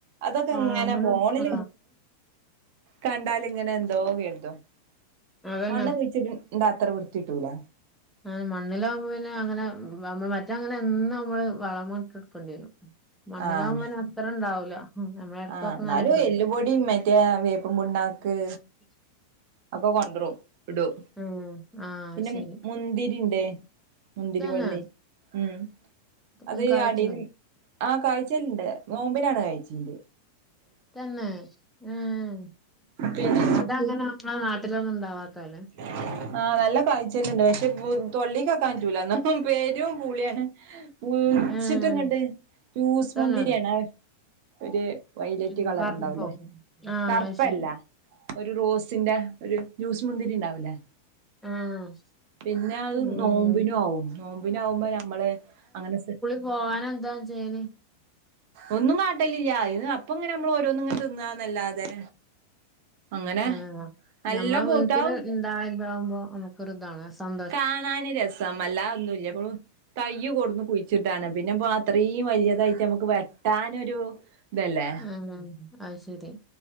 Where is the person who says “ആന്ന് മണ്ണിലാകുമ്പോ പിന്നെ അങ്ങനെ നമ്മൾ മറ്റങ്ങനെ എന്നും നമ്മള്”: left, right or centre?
Centre